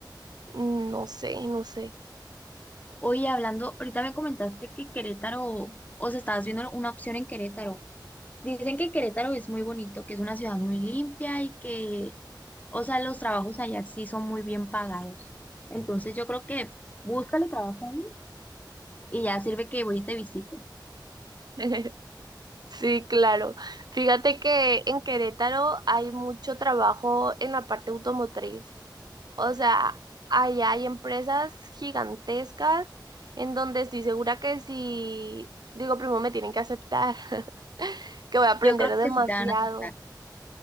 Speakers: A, on the right; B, on the left.
A: mm, no sé, no sé.
B: Oye, hablando, ahorita me comentaste que Querétaro, o sea, estabas viendo una opción en Querétaro. Dicen que Querétaro es muy bonito, que es una ciudad muy limpia y que, o sea, los trabajos allá sí son muy bien pagados. Entonces yo creo que búscale trabajo ahí y ya sirve que voy y te visito.
A: <laughs> Sí, claro. Fíjate que en Querétaro hay mucho trabajo en la parte automotriz. O sea, allá hay empresas gigantescas en donde estoy segura que si digo primo me tienen que aceptar, <laughs> que voy a aprender
B: Yo creo
A: demasiado,
B: que sí te van a aceptar.